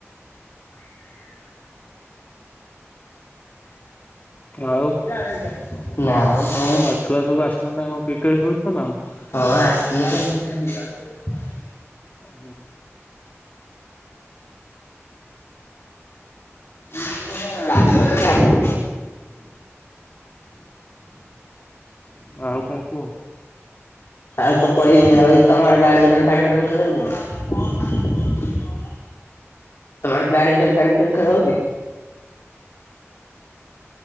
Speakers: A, on the left; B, on the left.
A: ଆଉ
B: ନା ଆଉ କଣ?
A: ଆଉ ଛୁଆ ସବୁ ଆସୁଚନ୍ତି ନା କଣ କ୍ରିକେଟ ଖେଳୁଚନ୍ତି ନା କଣ?
B: ହଁ ଆସିଥିଲେ ତ <inaudible>
A: ହଁ।
B: <inaudible>
A: ହ ଆଉ କଣ କୁହ?
B: ଆଉ କଣ କହିବି ଆଉ ତମ ଆଡ଼େ ବ୍ୟାଡମିଣ୍ଟନ, ଫାଡମିଣ୍ଟନ ଖେଳନ୍ତି ନା? ତମ ଆଡ଼େ ବ୍ୟାଡମିଟନ ଫାଡମିଣ୍ଟନ ଖେଳ ହଉଛି?